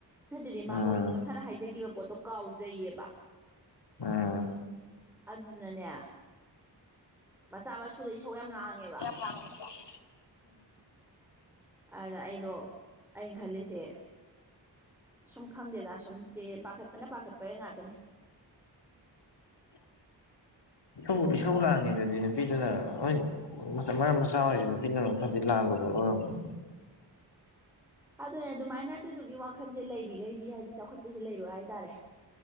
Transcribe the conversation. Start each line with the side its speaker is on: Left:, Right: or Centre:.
Centre: ꯅꯠꯇꯗꯤ
Left: ꯎꯝ
Centre: ꯃꯥꯗꯣ ꯑꯃꯨꯛ ꯃꯁꯥꯅ ꯍꯥꯏꯖꯈꯤꯕ ꯄꯣꯠꯇꯣ ꯀꯥꯎꯖꯩꯌꯦꯕ
Left: ꯎꯝ
Centre: ꯑꯗꯨꯗꯨꯅꯅꯦ ꯃꯆꯥ ꯃꯁꯨꯗꯩ ꯁꯧ ꯌꯥꯝ ꯂꯥꯡꯉꯦꯕ
Left: ꯑ <unintelligible>
Centre: ꯑꯗ ꯑꯩꯗꯣ ꯑꯩꯅ ꯈꯜꯂꯤꯁꯦ ꯁꯨꯝ ꯈꯪꯗꯦꯗ ꯁꯨꯝ ꯆꯦ ꯄꯥꯈꯠꯄꯅ ꯄꯥꯈꯠꯄ ꯉꯥꯛꯇꯅꯤ
Left: <unintelligible> ꯏꯁꯧ ꯂꯥꯡꯉꯤꯗꯨꯗꯤ ꯅꯨꯄꯤꯗꯨꯅ ꯍꯣꯏ ꯃꯔꯝ ꯃꯆꯥ ꯑꯣꯏꯔꯤꯁꯨ ꯅꯨꯄꯤꯗꯨꯅ ꯂꯣꯏ ꯈꯔꯗꯤ ꯂꯥꯜꯂꯨꯕ ꯑꯣꯏꯔꯝꯅꯤ
Centre: ꯑꯗꯨꯅꯦ ꯑꯗꯨꯃꯥꯏꯅ ꯑꯗꯨꯗꯨꯒꯤ ꯋꯥꯈꯜꯁꯦ ꯂꯩꯔꯤꯈꯩꯗꯤ ꯍꯥꯏꯗꯤ ꯆꯥꯎꯈꯠꯄꯁꯦ ꯂꯩꯔꯣꯏ ꯍꯥꯏꯇꯥꯔꯦ